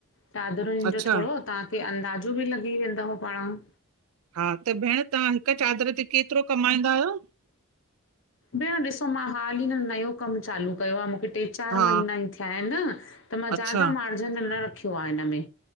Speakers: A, on the left; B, on the right.
A: चादरून
B: अच्छा
A: जो थोड़ो, तहांखे अंदाज़ो बि लगी वेंदव पाण।
B: हां! त भेण तहां हिक चादर ते केतरो कमाईंदा आयो?
A: भेण ॾिसो मां हाली न नयो कम चालू कयो आह मूंखे टे चार
B: हा
A: महीना ई थ्या आऐंन त मां
B: अच्छा
A: ज्यादा मार्ज़न न रखयो आ हिन में।